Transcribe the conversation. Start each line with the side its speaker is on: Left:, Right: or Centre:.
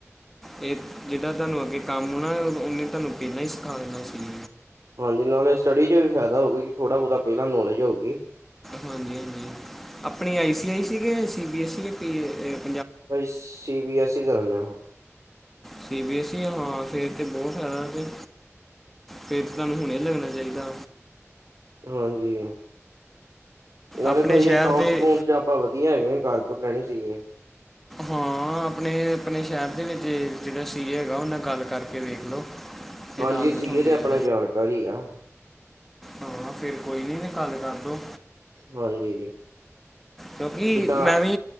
Centre: ਇਹ ਜਿਹਦਾਂ ਤੁਹਾਨੂੰ ਅੱਗੇ ਕੰਮ ਹੋਣਾ ਉਹਨੇ ਤੁਹਾਨੂੰ ਪਹਿਲਾਂ ਹੀ ਸਿਖਾ ਦਿੰਣਾ ਸੀ।
Right: ਹਾਂਜੀ ਨਾਲੇ ਸਟੱਡੀ ਚ ਵੀ ਫਾਇਦਾ ਹੋਊਗਾ ਕਿ ਥੋੜ੍ਹਾ ਬਹੁਤਾ ਪਹਿਲਾਂ ਨੌਲੇਜ ਹੋਊਗੀ।
Centre: ਹਾਂਜੀ ਹਾਂਜੀ ਆਪਣੀ ਆਈ ਸੀ ਐਸ ਈ ਕੀ ਸੀ ਬੀ ਐਸ ਈ ਕੀ ਪੀਏ।
Right: ਭਾਜੀ ਸੀ ਬੀ ਐਸ ਈ ਕਰਨ ਰਿਹਾ ਹਾਂ।
Centre: ਸੀ ਬੀ ਐਸ ਈ ਹਾਂ ਫਿਰ ਤਾਂ ਬਹੁਤ ਫਾਇਦਾ ਅਤੇ। ਫੇਰ ਤੁਹਾਨੂੰ ਹੁਣੇ ਲੱਗਣਾ ਚਾਹੀਦਾ।
Right: ਹਾਂਜੀ ਨਾਲੇ
Centre: ਆਪਣੇ
Right: ਭਾਜੀ
Centre: ਸ਼ਹਿਰ
Right: ਅਕਾਊਂਟਸ
Centre: ਦੇ
Right: ਅਕਾਊਂਟਸ ਚ ਆਪਾਂ ਵਧ। ਵਧੀਆ ਹੈਗੇ ਕਾਰਡਬੋਰਡ ਲੈਣੇ ਸੀਗੇ।
Centre: ਹਾਂ ਆਪਣੇ ਆਪਣੇ ਸ਼ਹਿਰ ਦੇ ਵਿੱਚ ਜਿਹੜਾ ਸੀ ਏ ਹੈਗਾ ਉਹ ਨਾਲ ਗੱਲ ਕਰਕੇ ਵੇਖ ਲਓ। ਤੇ
Right: ਹਾਂਜੀ
Centre: ਨਾਲ ਬਿਠਾਉਂਦੇ
Right: ਸੀ ਏ ਤੇ ਆਪਣਾ
Centre: ਆ
Right: ਜਾਣਕਾਰ ਹੀ ਆ।
Centre: ਹਾਂ ਫੇਰ ਕੋਈ ਨੀ ਵੇ ਕੱਲ ਕਰ ਲਓ।
Right: ਹਾਂਜੀ।
Centre: ਕਿਉਂਕਿ
Right: ਜਿੱਦਾਂ
Centre: ਮੈਂ ਵੀ